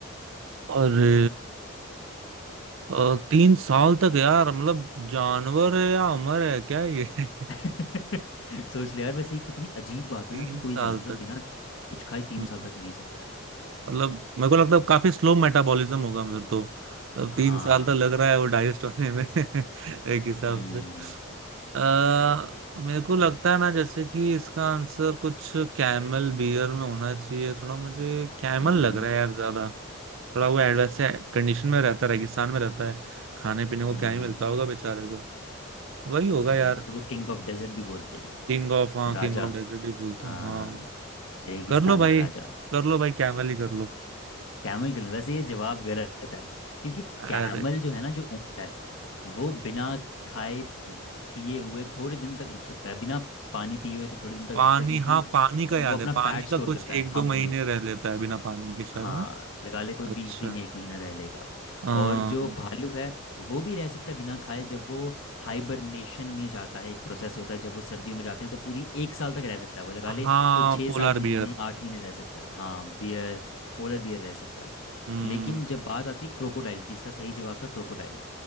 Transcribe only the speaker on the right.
अरे अ, तीन साल तक यार मतलब जानवर है या अमर है क्या ये <laughs>
तीन
साल
तक
हम्म,
मतलब मेरे को लगता है काफी स्लो मेटाबॉलिज्म होगा फिर तो मतलब
तीन साल तक लग रहा है वो डाइजेस्ट होने में <laughs> एक हिसाब
से अ मेरे को लगता है ना जैसे कि इसका आंसर कुछ कैमल बियर में होना चाहिए थोड़ा मुझे कैमल
लग रहा है यार ज्यादा थोड़ा वो एडवर्स कंडीशन में रहता है रेगिस्तान में रहता है खाने पीने को
क्या ही मिलता होगा बेचारे को वही होगा
यार
किंग ऑफ हाँ
किंग ऑफ डेजर्ट ही बोलते
हैं हाँ
कर लो भाई
कर लो भाई कैमल ही कर लो
अरे
पानी
हाँ पानी का
याद
है पानी
का कुछ
एक
दो
महीने
रह लेता है बिना पानी के शायद
ना
अच्छा
अम,
हाँ
पोलार
बियर
हम्म